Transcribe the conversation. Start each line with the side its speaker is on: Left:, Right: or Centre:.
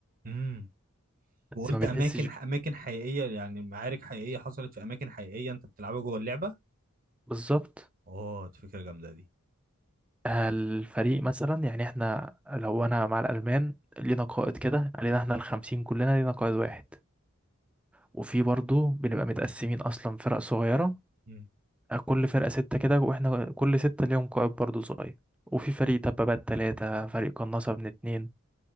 Right: امم وقلت
Centre: بس ما بتحسش
Right: اماكن
Centre: بيه
Right: اماكن حقيقيه يعني معارك حقيقيه حصلت في اماكن حقيقيه انت بتلعبها جوه اللعبه
Centre: بالظبط
Right: اه دي فكره جامده دي
Centre: آه، الفريق مثلا يعني احنا لو انا مع الالمان لينا قائد كده علينا احنا الخمسين كلنا لينا قائد واحد وفي برضو بنبقى متقسمين اصلا فرق صغيره
Right: مم.
Centre: آه، كل فرقه سته كده واحنا كل سته ليهم قائد برضو صغير وفي فريق دبابات تلاتة فريق قناصة من اتنين